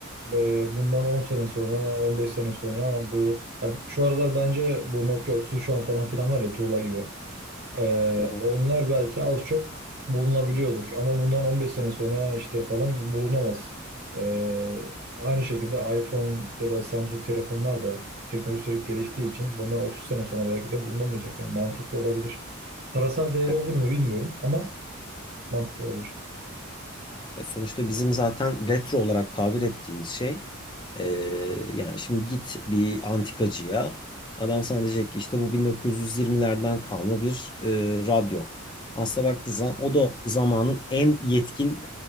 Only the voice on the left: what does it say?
Hı
hı.
Ya sonuçta bizim zaten retro olarak tabir ettiğimiz şey e, yani şimdi git bir antikacıya adam sana diyecek ki işte bu 1920'lerden kalma bir e, radyo. Aslına baktığı zaman o da zamanın en yetkin